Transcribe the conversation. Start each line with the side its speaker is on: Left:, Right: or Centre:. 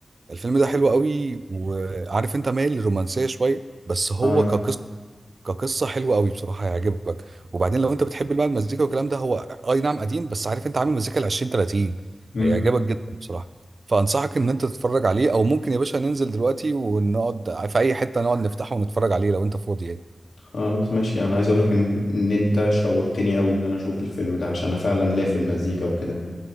Right: الفيلم ده حلو قوي وعارف انت مايل للرومانسية شوية بس هو
Left: اه
Right: كقصة كقصه حلوه قوي بصراحه هيعجبك وبعدين لو انت بتحب بقى المزيكا والكلام ده هو آه، اي نعم قديم بس عارف انت عامل مزيكا ال 20 30
Left: مم.
Right: هيعجبك جدا بصراحه فانصحك ان انت تتفرج عليه او ممكن يا باشا ننزل دلوقتي ونقعد في اي حته نقعد نفتحه ونتفرج عليه لو انت فاضي يعني
Left: خلاص ماشي انا عايز اقول لك ان إن انت شوقتني قوي ان انا اشوف الفيلم ده عشان انا فعلا ليا في المزيكا وكده